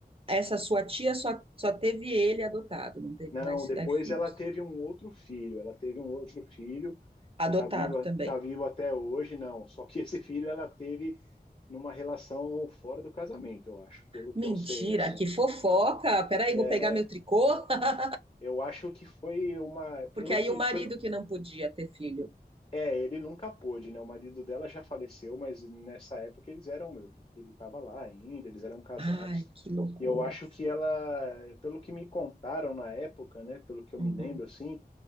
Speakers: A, on the right; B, on the left.
A: essa sua tia só, só teve ele adotado, não teve
B: Não,
A: mais
B: depois
A: eh, filhos.
B: ela teve um outro filho. Ela teve um outro filho
A: Adotado
B: que tá viva,
A: também.
B: tá vivo até hoje, não. Só que <laughs> esse filho ela teve numa relação fora do casamento, eu acho, pelo que
A: Mentira,
B: eu sei, assim.
A: que fofoca! Peraí,
B: É,
A: vou pegar meu tricô. <laughs>
B: eu acho que foi uma, pelo
A: Porque aí
B: que,
A: o marido
B: pelo,
A: que não podia ter filho.
B: é, ele nunca pôde, né? O marido dela já faleceu, mas nessa época eles eram, ele estava lá ainda, eles eram casados.
A: Ai, que loucura.
B: E eu acho que ela, pelo que me contaram na época, né? Pelo que eu
A: Uhum.
B: me lembro, assim,